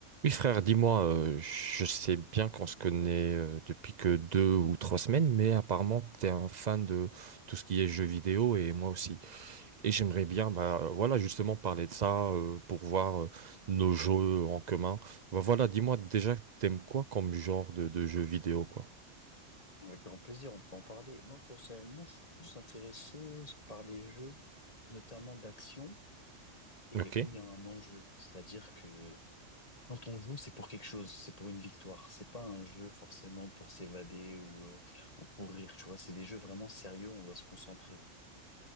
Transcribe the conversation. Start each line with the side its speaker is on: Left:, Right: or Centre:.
Right: Oui, frère, dis-moi, euh, je sais bien qu'on se connaît euh, depuis que deux ou trois semaines, mais apparemment, t'es un fan de tout ce qui est jeux vidéo et moi aussi. Et j'aimerais bien, bah, euh, voilà, justement parler de ça euh, pour voir euh, nos jeux en commun. Bah, voilà, dis-moi déjà, t'aimes quoi comme genre de, de jeux vidéo, quoi?
Left: Avec grand plaisir, on peut en parler. Moi, personnellement, je suis plus intéressé par les jeux, notamment d'action, et
Right: Ok.
Left: où il y a un enjeu. C'est-à-dire que quand on joue, c'est pour quelque chose, c'est pour une victoire. C'est pas un jeu forcément pour s'évader ou, euh, ou pour rire, tu vois. C'est des jeux vraiment sérieux, on doit se concentrer.